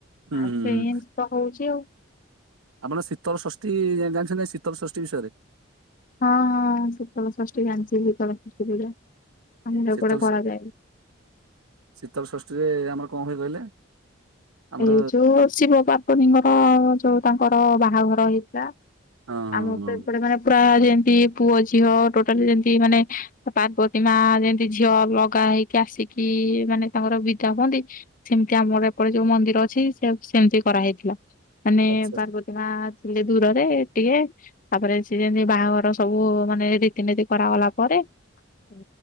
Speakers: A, on the right (about 85°); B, on the left (about 40°).
A: ହୁଁ
B: ଆଉ
A: ହୁଁ
B: ସେ
A: ହୁଁ
B: ଏମିତି ତ ହଉଛି ଆଉ।
A: ଆପଣ ଶୀତଳ ଷଷ୍ଠୀ ଜାଣିଛନ୍ତି ନା ଶୀତଳ ଷଷ୍ଠୀ ବିଷୟରେ?
B: ହଁ ହଁ ଶୀତଳ ଷଷ୍ଠୀ ଜାଣିଛି ଶୀତଳ ଷଷ୍ଠୀ ପୂଜା। ଆମର
A: ଶୀତଲ
B: ଏପଟେ କରାଯାଏ।
A: ଶୀତଳ ଷଷ୍ଠୀରେ ଆମର କଣ ହୁଏ କହିଲେ? ଆମର
B: ଏଇ ଯୋଉ ଶିବ ପାର୍ବତିଙ୍କର ଯୋଉ ତାଙ୍କର ବାହାଘର ହେଇଥିଲା।
A: ହଁ ହଁ
B: ଆମ
A: ହଁ
B: ତ ଏପଟେ ମାନେ ପୁରା ଯେମତି ପୁଅ ଝିଅ ଟୋଟାଲି ଯେମତି ମାନେ ପାର୍ବତୀ ମା ଯେମିତି ଝିଅ ଅଲଗା ହେଇକି ଆସିକି ମାନେ ତାଙ୍କର ବିଦା ହୁଅନ୍ତି ସେମିତି ଆମର ଏପଟେ ଯୋଉ ମନ୍ଦିର ଅଛି ସେ ସେମିତି କରାହେଇଥିଲା ମାନେ
A: ଆଚ୍ଛା
B: ପାର୍ବତୀ ମା ଥିଲେ ଦୂରରେ ଟିକେ ତାପରେ ସିଏ ଯେମତି ବାହାଘର ସବୁ ମାନେ ରୀତିନୀତି କରାଗଲା ପରେ ହ